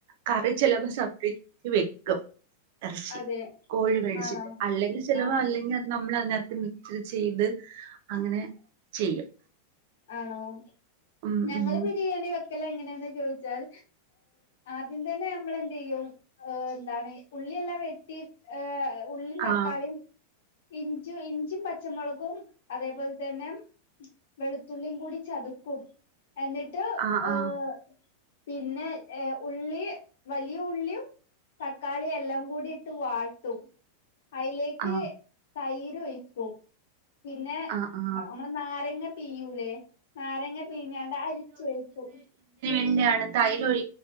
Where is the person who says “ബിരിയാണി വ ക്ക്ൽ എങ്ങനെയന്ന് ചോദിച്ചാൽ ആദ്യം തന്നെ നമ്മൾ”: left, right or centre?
Left